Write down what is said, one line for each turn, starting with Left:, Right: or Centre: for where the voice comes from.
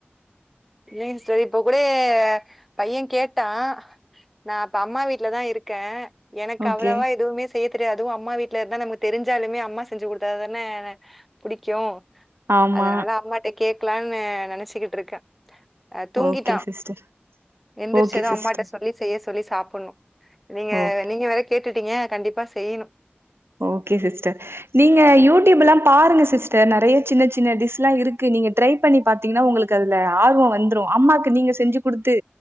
Centre: ஏன் செரி இப்ப கூட பையன் கேட்டான் நான் இப்ப அம்மா வீட்லதா இருக்கே எனக்கு
Right: ஓகே
Centre: அவ்வளவா எதுவுமே செய்ய தெரியாது அம்மா வீட்டு இல்ல அது நமக்கு தெரிஞ்சாலுமே அம்மா செஞ்சு கொடுத்தா தானே புடிக்கும்
Right: ஆமா
Centre: அதனால அம்மாட்ட கேட் இருக்கலான்னு நேனைச்சக்கிட்டு இருக்கே அஹ் தூங்கிட்டான்
Right: ஓகே சிஸ்டர்
Centre: எந்திரிச்சதோ
Right: ஓகே சிஸ்டர்
Centre: அம்மாட்ட சொல்லி செய்ய சொல்லி சாப்ப <unintelligible> நீங்க
Right: ஓகே
Centre: வேற நீங்க வேற கேட்டு ங்க கண்டிப்பா செய்யணும்
Right: ஓகே சிஸ்டர் நீங்க யூடியூப் எல்லாம் பாருங்க சிஸ்டர் நெறைய சின்ன சின்ன டிஷ் எல்லாம் இருக்கு நீங்க ட்ரை பண்ணி பாத்தீங்கன்னா உங்களுக்கு அதுல ஆர்வம் வந்துரும் அம்மாக்கு நீங்க செஞ்சு கொடுத்து